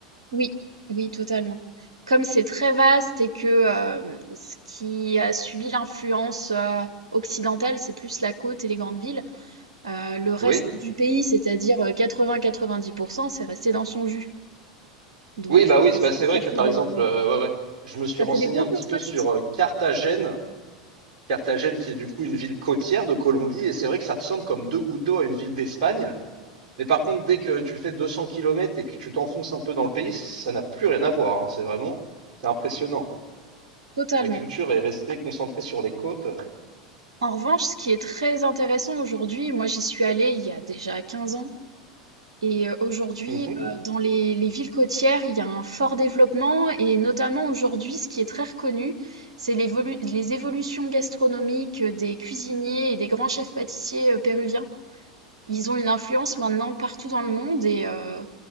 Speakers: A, on the right; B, on the right.
A: Oui, oui, totalement. Comme c'est très vaste et que euh, ce qui a subi l'influence euh, occidentale, c'est plus la côte et les grandes villes. Euh, le reste
B: Oui?
A: du pays, c'est-à-dire euh, 80-90%, c'est resté dans son jus. Donc,
B: Oui, bah oui,
A: euh,
B: c'est bah, c'est
A: ça
B: vrai que
A: fait
B: par
A: des,
B: exemple, euh, ouais, ouais, je me suis
A: ça
B: renseigné
A: fait des gros
B: un
A: contrastes.
B: petit peu sur euh, Carthagène. Carthagène qui est du coup une ville côtière de Colombie, et c'est vrai que ça ressemble comme deux gouttes d'eau à une ville d'Espagne. Mais par contre, dès que tu fais 200 km et que tu t'enfonces un peu dans le pays, ça n'a plus rien à voir. hein. C'est vraiment, c'est impressionnant.
A: Totalement.
B: La culture est restée concentrée sur les côtes.
A: En revanche, ce qui est très intéressant aujourd'hui, moi j'y suis allée il y a déjà 15 ans, et euh, aujourd'hui,
B: Mhm.
A: euh, dans les, les villes côtières, il y a un fort développement, et notamment aujourd'hui, ce qui est très reconnu, c'est l'évolu- les évolutions gastronomiques des cuisiniers et des grands chefs pâtissiers euh, péruviens. Ils ont une influence maintenant partout dans le monde, et euh,